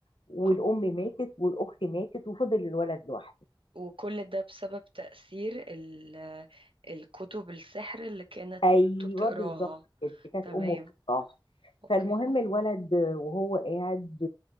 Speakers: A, on the left; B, on the right.
A: والأم
B: اه
A: ماتت والأخت ماتت وفضل الولد لوحده
B: وكل ده بسبب تأثير ال- الكتب السحر اللي كانت
A: ايوه
B: مامته بتقراها
A: بالظبط كده كانت
B: تمام
A: امه بتطاح
B: اوكي
A: فالمهم الولد وهو قاعد